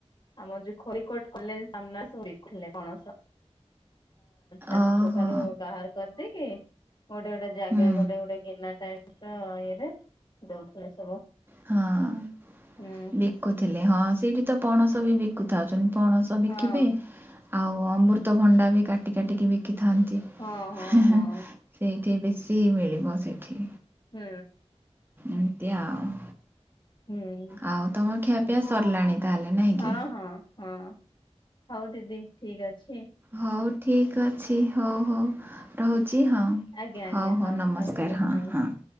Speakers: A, on the left (about 45°); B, on the right (about 20°).
A: ଆମ ଜୋଉ ଖୋ କୋଟ କଲେ ସାମ୍ନା <unintelligible> ପଣସ। ତାକୁ
B: ଓହୋ
A: ଚୋପାରୁ ବାହାର କରିଦେଇକି ଗୋଟେ ଗୋଟେ ଜାଗା
B: ହୁଁ
A: ଗୋଟେ ଗୋଟେ ଗିନା ଟାଇପ ତ ଇଏରେ ଦଉଥିଲେ ସବୁ।
B: ହଁ
A: ହୁଁ
B: ବିକୁଥିଲେ ହଁ ସେଇଠି ତ ପଣସ ବି ବିକୁଥା ପଣସ ବିକିବେ
A: ହଁ
B: ଆଉ ଅମୃତ ଭଣ୍ଡା ବି କାଟି କାଟିକି ବିକି ଥାନ୍ତି
A: ହଁ ହଁ
B: ହିଁ
A: ହଁ
B: ହିଁ ସେଇଠି ବେଶୀ ମିଳିବ ସେଇଠି।
A: ହୁଁ।
B: ଏମତି ଆଉ।
A: ହୁଁ
B: ଆଉ ତମ ଖିଆପିଆ ସରିଲାଣି ତାହେଲେ ନାଇଁ
A: ହଁ
B: କି?
A: ହଁ ହଁ ହଉ ଦିଦି ଠିକ ଅଛି।
B: ହଉ ଠିକ୍ ଅଛି। ହଉ ହଉ ରହୁଚି ହଁ
A: ଆଜ୍ଞା ଆଜ୍ଞା
B: ହଉ ହଉ ନମସ୍କାର
A: ରଖିଲି
B: ହଁ
A: ନମସ୍କାର
B: ହଁ।